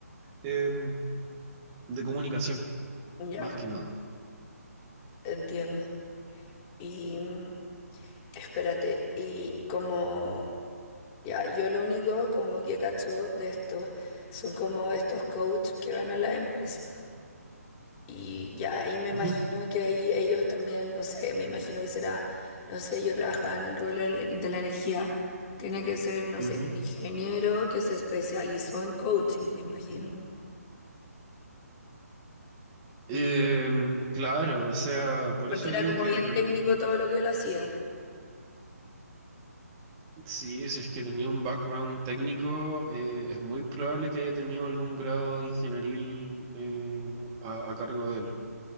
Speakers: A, on the right; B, on the left.
A: em, de comunicación,
B: Ya,
A: más que nada.
B: entiendo. Y mm, espérate, y como Ya, yo lo único como que cacho de esto son como estos coaches que van a la empresa. Y ya ahí me imagino
A: Ujú,
B: que ahí ellos también, no sé, me imagino que será, no sé, yo trabajaba en el rubro del- de la energía, tiene que ser, no
A: ujú.
B: sé, un ingeniero que se especializó en coaching, me imagino, ¿no?
A: Em, claro, o sea, por
B: Porque
A: eso
B: era
A: digo
B: como
A: que
B: bien
A: dependiendo,
B: técnico todo lo que él hacía.
A: sí, si es que tenía un background técnico, eh, es muy probable que haya tenido algún grado ingenieril eh, a, a cargo de él.